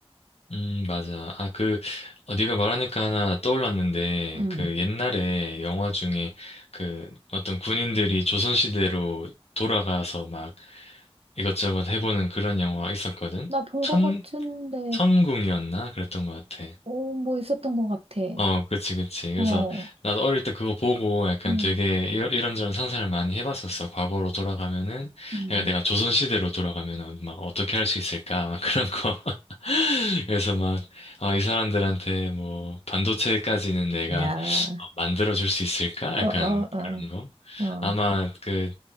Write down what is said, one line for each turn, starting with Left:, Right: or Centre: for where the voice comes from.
Left: 음, 맞아. 아, 그, 어, 네가 말하니까 하나 떠올랐는데,
Right: 응.
Left: 그 옛날에 영화 중에 그 어떤 군인들이 조선시대로 돌아가서 막 이것저것 해보는 그런 영화 있었거든?
Right: 나 본
Left: 천,
Right: 것 같은데.
Left: 천궁이었나? 그랬던 것 같아.
Right: 어, 뭐 있었던 것 같아.
Left: 어, 그치, 그치. 그래서
Right: 어,
Left: 나도 어릴 때 그거 보고 약간
Right: 음,
Left: 되게 이러- 이런저런 상상을 많이 해봤었어. 과거로 돌아가면은,
Right: 음,
Left: 그러니까 내가 조선시대로 돌아가면은 막 어떻게 할 수 있을까? 막 그런 거. <laughs> 그래서 막, 어, 이 사람들한테 뭐, 반도체까지는 내가
Right: 야,
Left: 어, 만들어줄 수 있을까?
Right: 어,
Left: 약간
Right: 어, 어,
Left: 그런 거.
Right: 어,
Left: 아마 그,